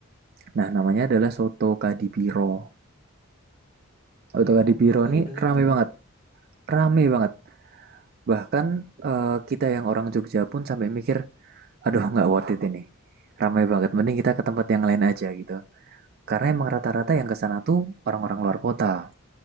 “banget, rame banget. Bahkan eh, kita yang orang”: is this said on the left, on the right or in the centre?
Right